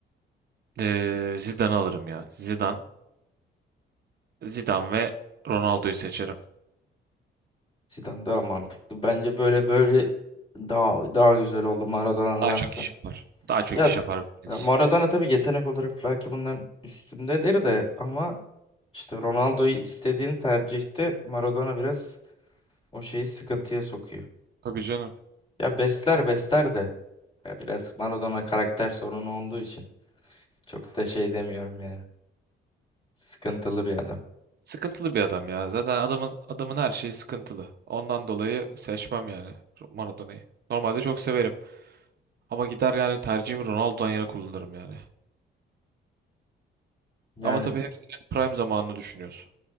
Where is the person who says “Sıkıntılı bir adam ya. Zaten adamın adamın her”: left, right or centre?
Right